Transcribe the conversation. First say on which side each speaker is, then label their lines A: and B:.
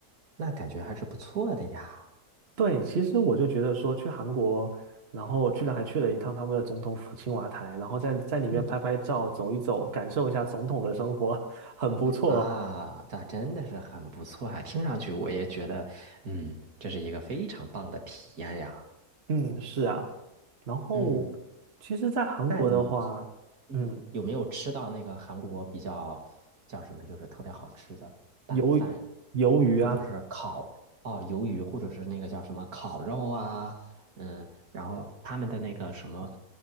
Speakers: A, on the right; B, on the right.
A: 那感觉还是不错的呀。
B: 对，其实我就觉得说去韩国，然后居然还去了一趟他们的总统府青瓦台，然后在在里面拍拍照、
A: 嗯。
B: 走一走，感受一下总统的生活，<laughs> 很不错。
A: 啊，那真的是很不错啊！听上去我也觉得，嗯，这是一个非常棒的体验呀。
B: 嗯，是啊。然后，
A: 嗯，
B: 其实，在韩国的话，
A: 那你，嗯，
B: 嗯，
A: 有没有吃到那个韩国比较叫什么，就是特别好吃的拌饭，
B: 鱿鱿鱼啊，
A: 或者是烤哦鱿鱼，或者是那个叫什么烤肉啊？嗯，然后他们的那个什么